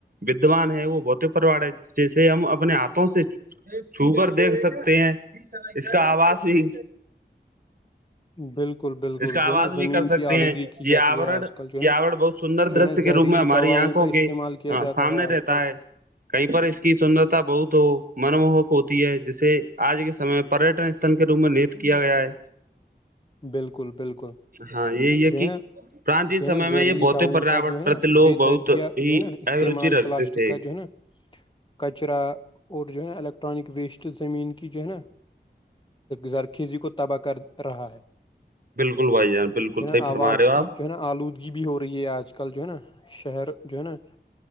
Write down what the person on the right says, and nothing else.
ودوان ہے وہ بہت پرواڑ ہے جیسے ہم اپنے ہاتھوں سے چوگر دیکھ سکتے ہیں اس کا آواز بھی
اس کا
آواز
بھی کر
سکتے
ہیں
یہ آ
یہ آور بہت سندر
دشیہ
کے روپ میں ہماری
آنکھوں
کے
سامنے
رہتا
ہے کہیں پر اس کی سندرتا بہت ہو من موہک ہوتی ہے جسے آج کے سم پریٹن ن کے روپ میں نیت کیا گیا ہے
ہاں یہی
کہ
پراچین
سمے
میں یہ بھتک
پریاورن
پرتی
لوگ
بہت
ہی
اروچی رکھتے
تھے
بالکل بھائی جان بالکل
صحیح
فرم
رہے ہو
آپ